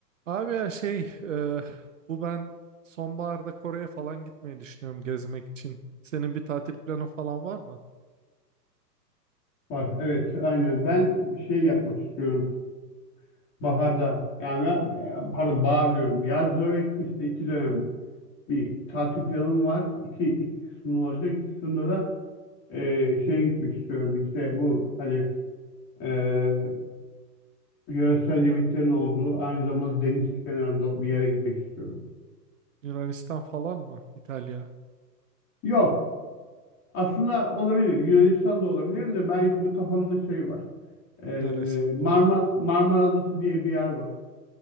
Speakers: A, on the right; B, on the left.
A: Abi ya şey e, bu ben sonbaharda Kore'ye falan gitmeyi düşünüyorum gezmek için. Senin bir tatil planı falan var mı?
B: Var. Evet, aynen. Ben şey yapmak istiyorum. Baharda yani ben- e, pardon bahar diyorum. Yazda ve kışta iki dönem bir tatil planım var. İki, iki kısımda olacak. İki kısımda da e, şeye gitmek istiyorum. İşte bu hani e, yöresel yemeklerin olduğu aynı zamanda deniz kenarında bir yere gitmek istiyorum.
A: Yunanistan falan mı? İtalya?
B: Yok. Aslında olabilir. Yunanistan da olabilir de ben şimdi kafamda şey var. Ee,
A: Neresi?
B: Marma Marmara Adası diye bir yer var.